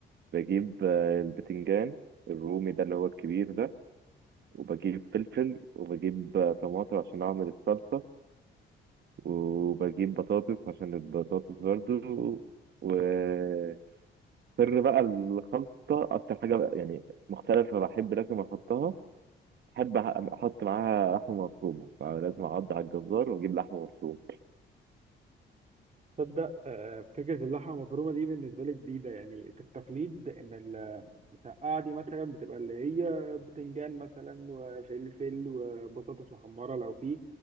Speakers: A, on the right; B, on the right.
A: بجيب آه، البتنجان الرومي ده اللي هو الكبير ده وبجيب فلفل وبجيب آه، طماطم عشان اعمل الصلصه وبجيب بطاطس عشان البطاطس برضو وسر بقى الخلطة أكتر حاجة بقى يعني مختلفة بحب لازم أحطها بحب أح- أحط معاها لحمة مفرومة فلازم أعض على الجزار وأجيب لحمة مفرومة
B: تصدق آه، فكرة اللحمة المفرومة دي بالنسبة لي جديدة يعني في التقليد إن ال- المسقعة دي مثلا بتبقى اللي هي بتنجان مثلا وفلفل وبطاطس محمرة لو فيه